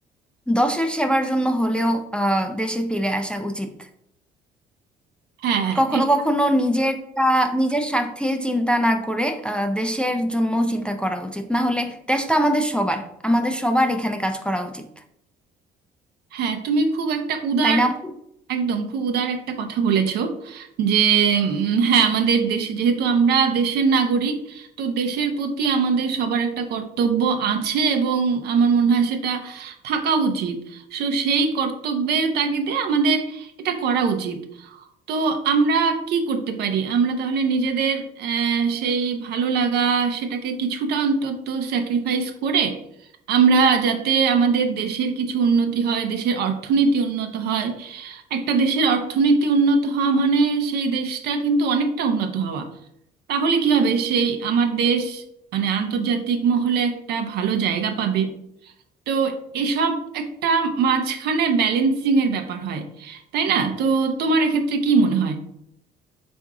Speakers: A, in the centre; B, on the right (about 70°).
A: দশের সেবার জন্য হলেও আহ, দেশে ফিরে আসা উচিত
B: হ্যাঁ
A: কখনো
B: এটা
A: কখনো নিজেরটা নিজের স্বার্থে চিন্তা না করে আহ, দেশের জন্য চিন্তা করা উচিত না হলে দেশটা আমাদের সবার আমাদের সবার এখানে কাজ করা উচিত
B: হ্যাঁ তুমি খুব একটা উদার
A: তাই না আপু?
B: একদম খুব উদার একটা কথা বলেছো যে উম, হ্যাঁ আমাদের দেশে যেহেতু আমরা দেশের নাগরিক তো দেশের প্রতি আমাদের সবার একটা কর্তব্য আছে এবং আমার মনে হয় সেটা থাকা উচিত সো সেই কর্তব্যের তাগিদে আমাদের এটা করা উচিত তো আমরা কি করতে পারি আমরা তাহলে নিজেদের আহ, সেই ভালো লাগা সেটাকে কিছুটা অন্তত স্যাক্রিফাইস করে আমরা যাতে আমাদের দেশের কিছু উন্নতি হয় দেশের অর্থনীতি উন্নত হয় একটা দেশের অর্থনীতি উন্নত হওয়া মানে সেই দেশটা কিন্তু অনেকটা উন্নত হওয়া তাহলে কি হবে সেই আমার দেশ মানে আন্তর্জাতিক মহলে একটা ভালো জায়গা পাবে তো এসব একটা মাঝখানে ব্যালেন্সিং এর ব্যাপার হয় তাই না তো তোমার এক্ষেত্রে কি মনে হয়